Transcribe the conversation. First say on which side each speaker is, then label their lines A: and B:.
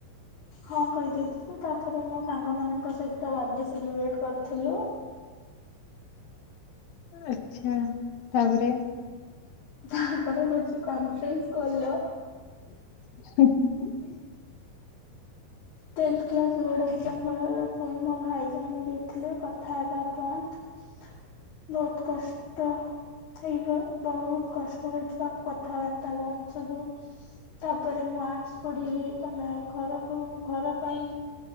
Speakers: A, on the left; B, on the left.
A: ହଁ କହିଦେଇଥିଲି ତାପରେ ମୋ ସାଙ୍ଗ ମାନଙ୍କ ସହିତ ବାଡେ ସେଲିବ୍ରେଟ କରିଥିଲୁ।
B: ଆଚ୍ଛା ତାପରେ
A: ତାପରେ ହଉଛି କନଫ୍ରେରନ୍ସ କଲ।
B: <inaudible>
A: Tenth class board. ସମୟରେ ପୁଣି ମୋ ଭାଇ ଜାଣି ଦେଇଥିଲେ କଥା ହବା ବନ୍ଦ। ବହୁତୁ କଷ୍ଟ। ସେଇପା ବହୁତୁ କଷ୍ଟ ହୋଇଥିଲା କଥାବାର୍ତ୍ତା ବନ୍ଦ ସବୁ ତାପରେ ମୁଁ ଆର୍ଟ୍ସ ପଢିଲି ତମେ ଘରକୁ ଘର ପାଇଁ